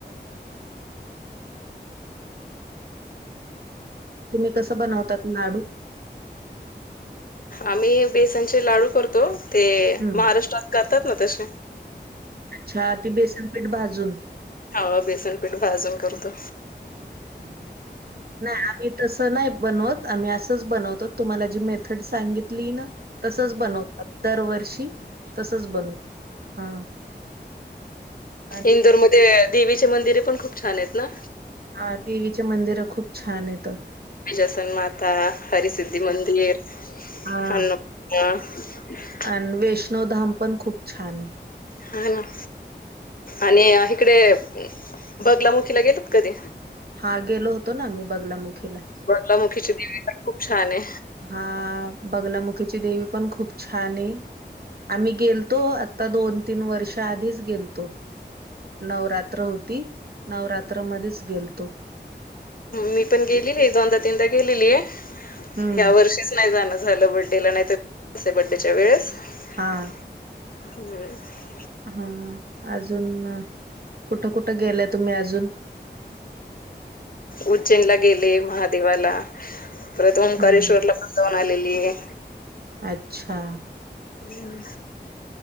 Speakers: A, on the right; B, on the left.
A: तुम्ही कसं बनवतात लाडू,
B: आम्ही बेसनचे लाडू करतो ते
A: हम्
B: महाराष्ट्रात करतात ना तसे,
A: अच्छा ती बेसनपीठ भाजून.
B: हो बेसनपीठ भाजून करतो?
A: हम् नाही आम्ही तसं नाही बनवत आम्ही असंच बनवतो तुम्हाला जी मेथड सांगितली ना. तसच बनवतात दरवर्षी तसच बनवतात हा <unintelligible>
B: इंदोरमध्ये देवीचे मंदिरे पण खूप छान आहेत ना.
A: हा देवीचे मंदिर खूप छान आहेतेत.
B: बिजासन माता हरसिद्धि मंदिर,
A: हां
B: अन्नपूर्णा, हा
A: आणि वैष्णो धाम पण खूप छानहे.
B: हा ना. आणि इकडे बगलामुखीला गेलत कधी.
A: हा गेलो होतो ना मी बगलामुखे
B: बडलामुखीची देवी पण खूप छान आहे?
A: ह बगलामुखीची देवी पण खूप छान आहे. आम्ही गेलतो आता दोन, तीन वर्ष आधीच गेलतो नवरात ञ होती नवरात्रामध्येच गेल तो.
B: मी पण गेलेली आहे दोनदा तीनदा गेलेली आहे.
A: हं,
B: ह्या वर्षी नाही जाणं झालं बडडेला नाही त बडडेच्या वेळेस
A: हा.
B: हम्
A: हा अजून कुठं कुठं गेला तुम्ही अजून,
B: उज्जैनला गेले महादेवाला. परत ओंकारेश्वरला
A: हम्म
B: पण जाऊन आलेलीये.
A: अच्छा
B: हम्.